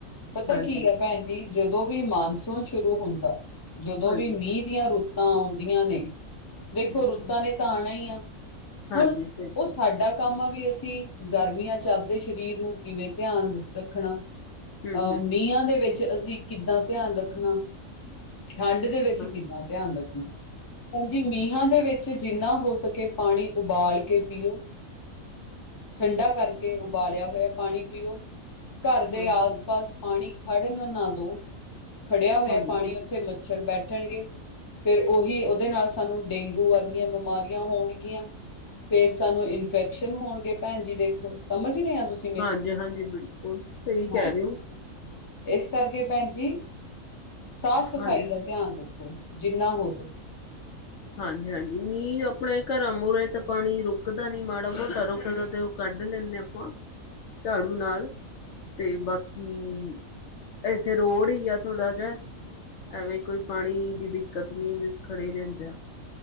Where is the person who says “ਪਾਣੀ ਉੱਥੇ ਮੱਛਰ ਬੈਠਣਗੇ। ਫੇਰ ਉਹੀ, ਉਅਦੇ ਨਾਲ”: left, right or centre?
Left